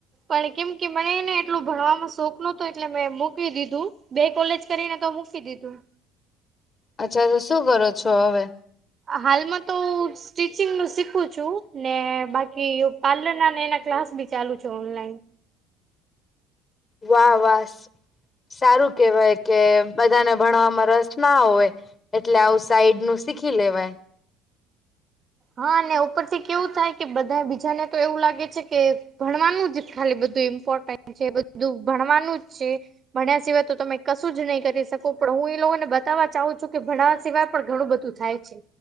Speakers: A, on the right (about 35°); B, on the left (about 35°).
A: પણ કેમ કે મનેને એટલું ભણવાનો શોખ નોતો એટલે મેં મૂકી દીધું. બે કોલેજ કરીને તો મૂકી દીધું.
B: અચ્છા તો શું કરો છો હવે.
A: હાલમાં તો હું સ્ટિચિંગ નું શીખું છું ને બાકી પાર્લર ના એના ક્લાસ બી ચાલુ છે ઓનલાઈન.
B: વાહ વાસ. સારું કેવાય કે બધાને ભણવામાં રસ ના હોય, એટલે આવું સાઈડ નું શીખી લેવાય.
A: હા અને ઉપરથી કેવું થાય કે બધા બીજાને તો એવું લાગે છે કે ભણવાનું જ ખાલી બધું ઇમ્પોર્ટ. છે બધું ભણવાનું જ છે. ભણ્યા સિવાય તો તમે કશું જ નહી કરી શકો પણ હું એ લોકોને બતાવવા ચાહુ છું કે ભણ સિવાય પણ ઘણું બધું થાય છે